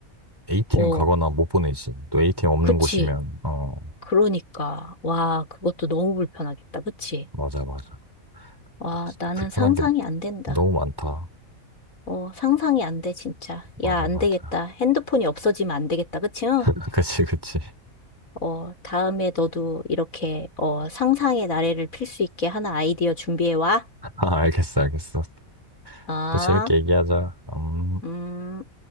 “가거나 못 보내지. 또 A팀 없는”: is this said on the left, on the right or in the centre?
Right